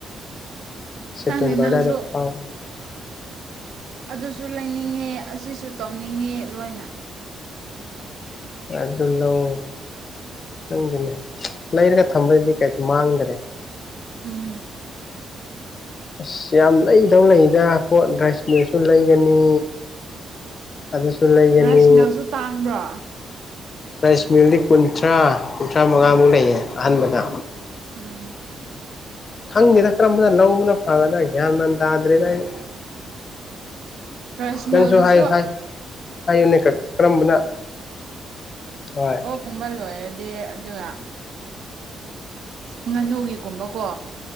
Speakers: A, on the left; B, on the right.
A: ꯁꯦꯞꯇꯦꯝꯕꯔ
B: ꯈꯪꯗꯦ ꯅꯪꯁꯨ
A: ꯑꯗꯥꯏꯗ ꯐꯥꯎꯒꯅꯤ
B: ꯑꯗꯨꯁꯨ ꯂꯩꯅꯤꯡꯉꯤ ꯑꯁꯤꯁꯨ ꯇꯧꯅꯤꯡꯉꯤ ꯂꯣꯏꯅ
A: ꯑꯗꯨ ꯂꯧ ꯈꯪꯁꯦꯅꯦ ꯂꯩꯔꯒ ꯊꯝꯕꯗꯗꯤ ꯀꯩ ꯃꯥꯡꯗ꯭ꯔꯦ
B: ꯎꯝ
A: ꯑꯁ ꯌꯥꯝ ꯂꯩꯗꯧ ꯂꯩꯗ ꯄꯣꯠ ꯗ꯭ꯔꯥꯏꯁꯃꯤꯔꯁꯨ ꯂꯩꯒꯅꯤ ꯑꯗꯨꯁꯨ ꯂꯩꯥꯏꯒꯅꯤ
B: ꯔꯥꯏꯁ ꯃꯤꯜꯁꯨ ꯇꯥꯡꯕ꯭ꯔꯣ
A: ꯔꯥꯏꯁ ꯃꯤꯜꯗꯤ ꯀꯨꯟꯊ꯭ꯔꯥ ꯀꯨꯟꯊ꯭ꯔꯥ ꯃꯉꯥꯃꯨꯛ ꯂꯩꯌꯦ ꯑꯍꯥꯟꯕꯗ
B: ꯎꯝ
A: ꯈꯪꯗꯦꯗ ꯀꯔꯝꯕꯅ ꯂꯧꯕꯅ ꯐꯒꯗ꯭ꯔꯥ ꯒ꯭ꯌꯥꯟ ꯃꯥꯟ ꯇꯥꯗ꯭ꯔꯦꯗ ꯑꯩ
B: ꯔꯥꯏꯁ ꯃꯤꯜꯗꯨꯁꯨ
A: ꯅꯪꯁꯨ ꯍꯥꯏ ꯍꯥꯏ ꯍꯥꯏꯌꯨꯅꯦ ꯀꯔꯝꯕꯅ ꯍꯣꯏ
B: ꯑꯣꯛ ꯀꯨꯝꯕ ꯂꯣꯏꯔ ꯑꯗꯨꯒ ꯉꯥꯅꯨꯒꯤꯒꯨꯝꯕꯀꯣ